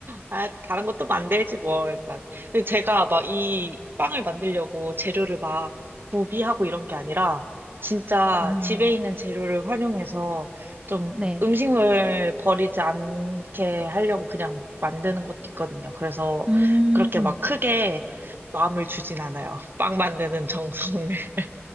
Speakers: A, on the right (about 55°); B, on the right (about 25°).
A: 아, 다른 것도 만들지 뭐. 약간. 근데 제가 막 이 빵을 만들려고 재료를 막 구비하고 이런 게 아니라 진짜
B: 아,
A: 집에 있는 재료를 활용해서 좀
B: 네.
A: 음식물 버리지 않게 하려고 그냥 막 만드는 것도 있거든요. 그래서
B: 음.
A: 그렇게 막 크게 마음을 주진 않아요. <laughs> 빵 만드는 정성을. <laughs>